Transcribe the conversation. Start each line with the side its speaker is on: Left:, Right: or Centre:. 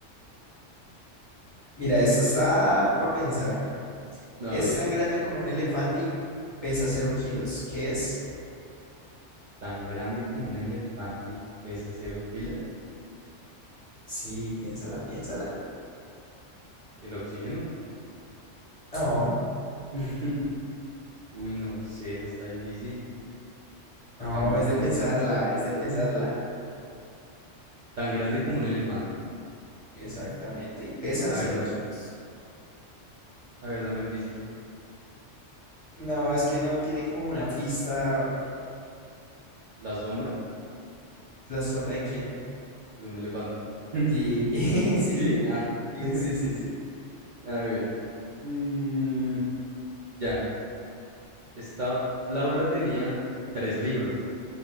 Left: Mira, esta está para pensar, mira.
Right: A
Left: Es
Right: ver,
Left: tan grande como un elefante y pesa cero kilos. ¿Qué es?
Right: tan grande como un elefante y pesa cero kilos.
Left: Sí, piénsala, piénsala.
Right: ¿El oxígeno?
Left: No,
Right: <laughs> Uy, no sé, esa está difícil.
Left: no,
Right: Tan grande
Left: es de pensarla, es de pensarla.
Right: Tan grande como un elefante.
Left: Exactamente, y pesa
Right: A
Left: cero
Right: ver, no,
Left: kilos.
Right: a ver, dame pistas.
Left: No, es que no tiene como una pista
Right: La sombra
Left: la sombra de quién.
Right: de un elefante. <laughs>
Left: Sí, <laughs> sí,
Right: ¿Sí? Ah.
Left: sí,
Right: <laughs>
Left: sí, sí, sí.
Right: A ver. Mm, ya. Esta Laura tenía tres libros.